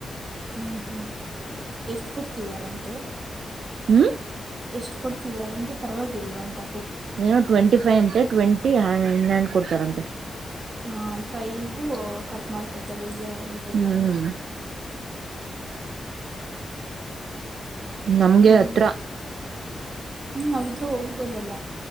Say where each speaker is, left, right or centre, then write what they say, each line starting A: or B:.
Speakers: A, on the right; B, on the right.
A: ಹ್ಮ್ ಹ್ಮ್ ಎಷ್ಟು ಕೊಡ್ತಿದಾರಂತೆ
B: ಹ್ಮ್
A: ಎಷ್ಟು ಕೊಡ್ತಿದಿದ್ದಾರೆ ಅಂತೆ ಪರವಾಗಿಲ್ವಾ ಅಂತ
B: ಏನು ಟ್ವೆಂಟಿ ಫೈ ಅಂತೆ ಟ್ವೆಂಟಿ ಇನ್ ಹಂಡ್ ಕೊಡ್ತಾರಂತೆ
A: ಹ ಫೈಗ ಕಟ್ ಮಾಡ್ಕೊತಾರೆ ಈ ಇದೆಲ್ಲಾನು
B: ಹ್ಮ್ ನಮ್ಗೆ
A: ಹ್ಞೂ
B: ಹತ್ರ
A: ಹ್ಞೂ ನಾವಿದ್ರೂ ಹೋಗ್ಬೋದಲ್ಲ